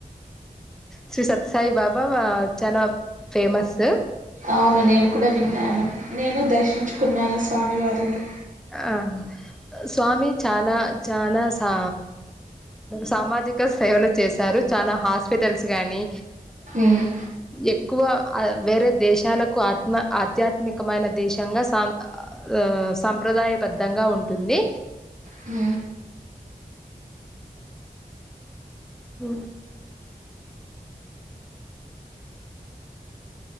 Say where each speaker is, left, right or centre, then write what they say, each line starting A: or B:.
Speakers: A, in the centre; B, on the right (about 55°).
A: శ్రీ సత్యసాయి బాబా చానా ఫేమస్
B: అవును నేను కూడా విన్నాను నేను దర్శించుకున్నాను స్వామి వారిని
A: ఆ స్వామి చానా చానా సా సామాజిక సేవలు చేశారు చానా హాస్పిటల్స్ గాని
B: ఉమ్
A: ఎక్కువ వేరే దేశాలకు ఆత్మ ఆధ్యాత్మికమైన దేశంగా సామి సంప్రదాయబద్ధంగా ఉంటుంది
B: హ
A: ఉ